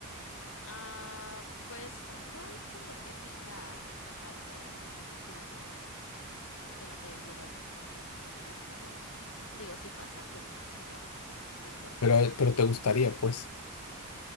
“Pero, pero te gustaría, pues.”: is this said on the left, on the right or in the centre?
Left